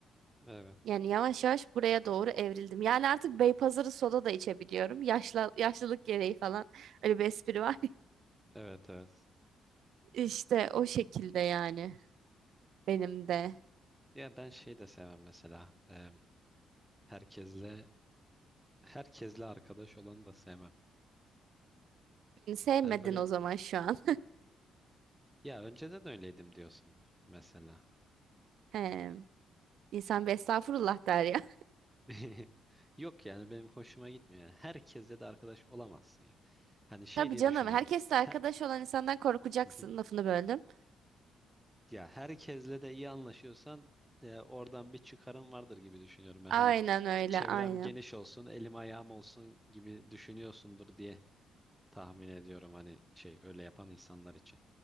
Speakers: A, in the centre; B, on the right.
A: Evet.
B: Yani yavaş yavaş buraya doğru evrildim. Yani artık Beypazarı soda da içebiliyorum. Yaşla, yaşlılık gereği falan öyle bir espri var.
A: Evet evet.
B: İşte o şekilde yani benim de.
A: Ya ben şey de sevmem mesela. Em, herkesle herkesle arkadaş olanı da sevmem.
B: Beni sevmedin
A: Hani böyle
B: o zaman şu an.
A: e, ya önceden öyleydim diyorsun mesela.
B: <laughs> He. İnsan bir estağfurullah der ya.
A: <laughs> Yok yani benim hoşuma gitmiyor. Yani herkesle de arkadaş olamazsın ya.
B: <laughs>
A: Hani şey
B: Tabii
A: diye
B: canım
A: düşünüyorum.
B: herkesle arkadaş
A: He-
B: olan insandan korkacaksın
A: Hı hı.
B: lafını böldüm.
A: Ya herkesle de iyi anlaşıyorsan e, oradan bir çıkarım vardır gibi düşünüyorum. Yani
B: Aynen
A: hani
B: öyle
A: çevrem
B: aynen.
A: geniş olsun, elim ayağım olsun gibi düşünüyorsundur diye tahmin ediyorum hani şey öyle yapan insanlar için.